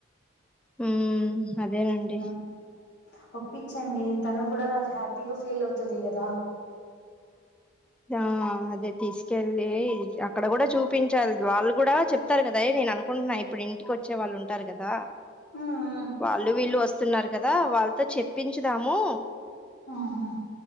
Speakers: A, in the centre; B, on the left (about 60°).
A: హ్మ్ అదేనండి
B: హ్మ్. ఒప్పించండి తను కూడా హ్యాపీగా ఫీల్ అవుతది కదా
A: ఆ అదే తీసుకెళ్ళి అక్కడ కూడ చూపించాలి వాళ్ళు కూడా చెప్తారు కదా నేను అనుకుంటున్నా ఇప్పుడు ఇంటికి వచ్చే వాళ్ళు ఉంటారు కదా
B: హ్మ్. హ్మ్.
A: వాళ్ళు వీళ్ళు వస్తున్నారు కదా వాళ్ళతో చెప్పించుదాము
B: హ్మ్. హ్మ్.